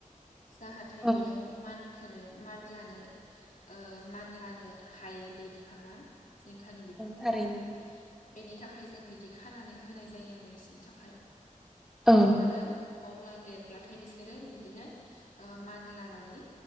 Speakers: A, on the left; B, in the centre.
A: जाहाथे
B: औ
A: बेयाव मानखोनो मानलानो ओ मान लानो हायो बे बिफाङा जिंखानि बिफांफोरा
B: थारैनो
A: बेनि थाखाय जों बिदि खानानै होनाय जायो आरो बिसनि थाखाय
B: औ
A: आरो अब्ला देरब्लाथाय बिसोरो बिदिनो ओ मान लानानै